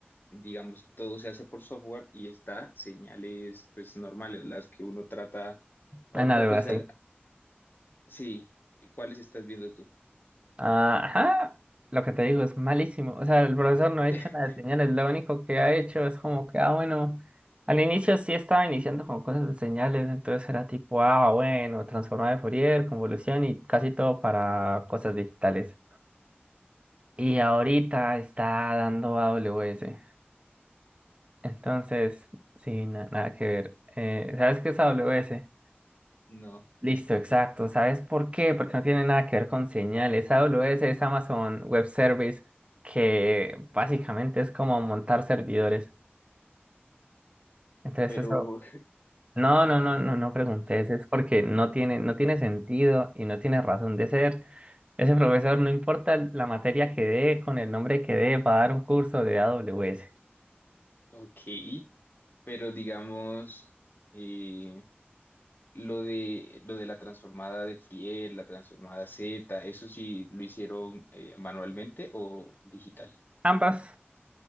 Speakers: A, on the left (about 55°); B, on the right (about 30°).
A: digamos, todo se hace por software, y está señales, pues, normales, las que uno trata, o,
B: Análogo
A: o pues,
B: así.
A: al- sí, ¿cuáles estás viendo tú?
B: Ah, ajá. Lo que te digo es malísimo. O sea, el profesor no ha hecho
A: <laughs>
B: nada de señales. Lo único que ha hecho es como que, ah, bueno, al inicio sí estaba iniciando con cosas de señales. Entonces era tipo, ah, bueno, transformada de Fourier, convolución y casi todo para cosas digitales. Y ahorita está dando AWS. Entonces, sí, na- nada que ver. Eh, ¿sabes qué es AWS?
A: No,
B: Listo, exacto. ¿Sabes por qué? Porque no tiene nada que ver con señales. AWS es Amazon Web Service, que básicamente es como montar servidores. Entonces,
A: pero,
B: eso. No, no, no, no, no preguntes. Es porque no tiene, no tiene sentido y no tiene razón de ser. Ese profesor, no importa la materia que dé, con el nombre que dé, va a dar un curso de AWS.
A: ok, pero digamos, eh, Lo de, lo de la transformada de Friel, la transformada Z, ¿eso sí lo hicieron eh, manualmente o digital?
B: Ambas.